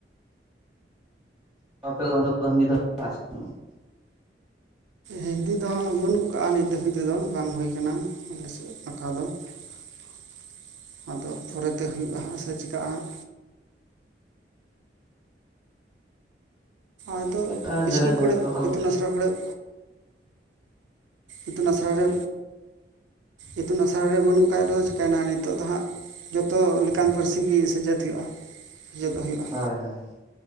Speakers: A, in the centre; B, on the right.
A: <unintelligible>
B: ᱦᱤᱱᱫᱤ ᱫᱚ ᱦᱟᱸᱜ ᱵᱟᱹᱱᱩᱜ ᱠᱟᱜᱼᱟ ᱱᱤᱛ ᱫᱷᱟᱹᱵᱤᱡ ᱛᱮᱫᱚ ᱵᱟᱝ ᱦᱩᱭ ᱠᱟᱱᱟ ᱟᱞᱮ ᱥᱮᱫ ᱯᱷᱟᱠᱟ ᱫᱚ ᱾ ᱟᱫᱚ ᱯᱚᱨᱮᱛᱮ ᱦᱩᱭᱩᱜ-ᱟ ᱦᱟᱸᱜ ᱥᱮ ᱪᱮᱠᱟᱜ-ᱟ ᱦᱟᱸᱜ᱾ ᱟᱫᱚ
A: ᱡᱟᱭᱜᱟ
B: ᱤᱥᱠᱩᱞ
A: ᱡᱟᱭᱜᱟ
B: ᱠᱚᱨᱮᱜ
A: ᱫᱚ ᱚᱠᱟ ᱠᱚᱫᱚ
B: ᱤᱛᱩᱱ ᱟᱥᱲᱟ ᱠᱚᱨᱮᱜ ᱤᱛᱩᱱ ᱟᱥᱲᱟ ᱨᱮ ᱤᱛᱩᱱ ᱟᱥᱲᱟ ᱨᱮ ᱵᱟᱹᱱᱩᱜ ᱠᱷᱟᱡ ᱨᱮᱦᱚᱸ ᱪᱤᱠᱟᱹᱭᱱᱟ ᱱᱤᱛᱚᱜ ᱫᱚ ᱦᱟᱸᱜ ᱡᱚᱛᱚ ᱞᱮᱠᱟᱱ ᱯᱟᱹᱨᱥᱤ ᱜᱮ ᱥᱮᱪᱮᱫ ᱦᱳᱭᱳᱜ-ᱟ, ᱥᱮᱪᱮᱫᱚᱜ ᱦᱳᱭᱳᱜ-ᱟ᱾
A: ᱦᱳᱭ ᱦᱳᱭ